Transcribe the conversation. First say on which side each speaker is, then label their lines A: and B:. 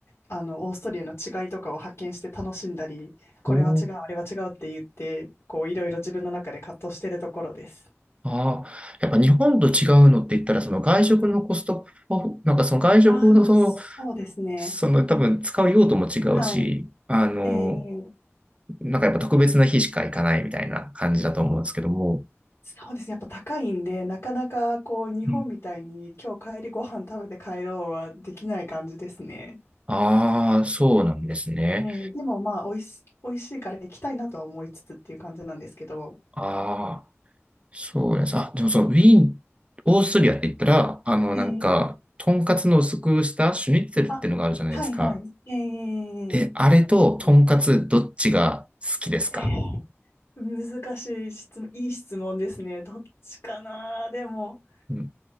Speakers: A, on the left; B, on the right.
A: あの、オーストリアの違いとかを発見して楽しんだり、これは違う、
B: おー、
A: あれは違うって言って、こう、いろいろ自分の中で葛藤してるところです。
B: ああ、やっぱ日本と違うのって言ったら、その外食のコストを、なんかその外食のその、
A: ああ、そうですね。
B: その多分使う用途も違うし、
A: はい。
B: あの、
A: えー
B: なんかやっぱ特別な日しか行かないみたいな感じだと思うんですけども。
A: そうですね。やっぱ高いんで、なかなかこう日本みたいに今日帰りご飯食べて帰ろうはできない感じですね。
B: うん。ああ、そうなんですね。
A: えーでもまあ、おいし、美味しいから行きたいなとは思いつつっていう感じなんですけど。
B: ああ。そうです。あ、でもそう、ウィーン、オーストリアって言ったら、あの、
A: えー
B: なんか、とんかつの薄くしたシュニッツェルってのがあるじゃないですか。
A: あ、はいはい。え
B: え、
A: ー、
B: あれととんかつどっちが好きですか
A: ありますねえー難しい質問、いい質問ですね。どっちかな。でも、
B: うん。